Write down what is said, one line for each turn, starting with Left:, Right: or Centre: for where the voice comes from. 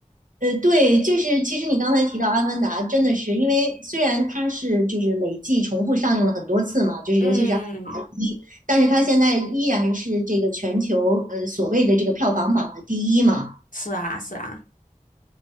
Right: 呃，对，就是其实你刚才提到《阿凡达》，真的是因为虽然它是就是累计重复上映了很多次嘛，就是尤其是《阿凡达一》，
Left: 嗯，
Right: 但是它现在依然是这个全球呃所谓的这个票房榜的第一嘛，
Left: 是啊，是啊。